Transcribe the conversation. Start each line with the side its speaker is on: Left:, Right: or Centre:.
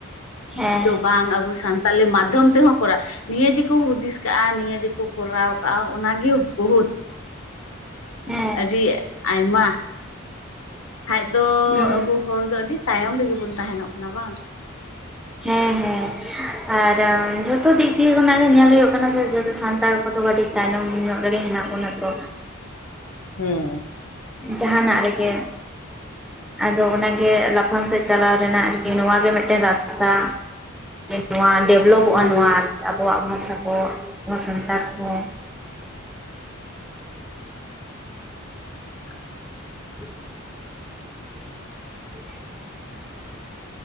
Centre: ᱦᱮᱸ
Left: ᱛᱚ ᱵᱟᱝ ᱟᱵᱚ ᱥᱟᱱᱛᱟᱞᱤ ᱢᱟᱫᱽᱫᱷᱚᱢ ᱛᱮᱦᱚᱸ ᱠᱚᱨᱼᱟ ᱱᱤᱭᱟᱹ ᱜᱮᱠᱚ ᱦᱩᱫᱤᱥ ᱠᱟᱜᱼᱟ ᱱᱤᱭᱟᱹ ᱜᱮᱠᱚ ᱠᱚᱨᱟᱣ ᱠᱟᱜᱼᱟ ᱚᱱᱟᱜᱮ ᱵᱚᱦᱩᱛ
Centre: ᱦᱮᱸ ᱦᱮᱸ
Left: ᱟᱹᱰᱤ ᱟᱭᱢᱟ ᱠᱷᱟᱭ ᱫᱚ
Centre: ᱦᱩᱸ
Left: ᱟᱵᱚ ᱦᱚᱲ ᱫᱚ ᱟᱹᱰᱤ ᱛᱟᱭᱚᱢ ᱨᱮᱜᱮ ᱵᱚᱱ ᱛᱟᱦᱮᱱᱚᱜ ᱠᱟᱱᱟ ᱵᱟᱝ
Centre: ᱦᱮᱸ ᱦᱮᱸ ᱟᱨ ᱡᱷᱚᱛᱚ ᱫᱤᱠ ᱫᱤᱭᱮ ᱠᱷᱚᱱᱟᱜ ᱜᱮ ᱧᱮᱞ ᱦᱩᱭᱩᱜ ᱠᱟᱱᱟ ᱡᱮ ᱡᱚᱛᱚ ᱥᱟᱱᱛᱟᱲ ᱠᱚᱫᱚ ᱠᱟᱹᱴᱤᱡ ᱛᱟᱭᱱᱚᱢ ᱧᱚᱜ ᱨᱮᱜᱮ ᱦᱮᱱᱟᱜ ᱵᱚᱱᱟ ᱛᱚ
Left: ᱦᱮᱸ
Centre: ᱡᱟᱦᱟᱱᱟᱜ ᱨᱮᱜᱮ ᱟᱫᱚ ᱚᱱᱟᱜᱮ ᱞᱟᱯᱷᱟᱝ ᱥᱮᱫ ᱪᱟᱞᱟᱣ ᱨᱮᱱᱟᱜ ᱟᱨᱠᱤ ᱱᱚᱣᱟᱜ ᱜᱮ ᱢᱤᱫᱴᱮᱱ ᱨᱟᱥᱛᱟ ᱱᱚᱶᱟ ᱰᱮᱵᱷᱞᱚᱯᱚᱜᱼᱟ
Left: ᱦᱩᱸ
Centre: ᱱᱚᱣᱟ ᱟᱨᱠᱤ ᱟ ᱟᱵᱚᱣᱟᱜ ᱵᱷᱟᱥᱟ ᱠᱚ ᱥᱟᱱᱛᱟᱲ ᱠᱚ
Left: <inaudible>
Centre: <inaudible> <inaudible>